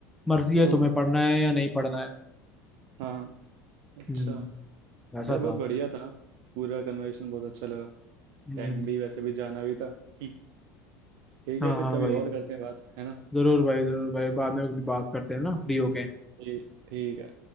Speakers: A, in the centre; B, on the right.
A: मर्जी है
B: ओ
A: तुम्हें पढ़ना है या नहीं पढ़ना है
B: हाँ अच्छा
A: हम्म ऐसा
B: यार बहुत
A: था
B: बढ़िया था पूरा कन्वर्सेशन बहुत अच्छा लगा
A: हम्म
B: टाइम भी वैसे भी जाना भी था <laughs> हम्म, ठीक
A: हाँ
B: है फिर
A: हाँ
B: कभी
A: भाई
B: और करते हैं बात है ना
A: जरूर भाई जरूर भाई बाद में भी बात करते हैं ना फ्री होके
B: ठीक ठीक है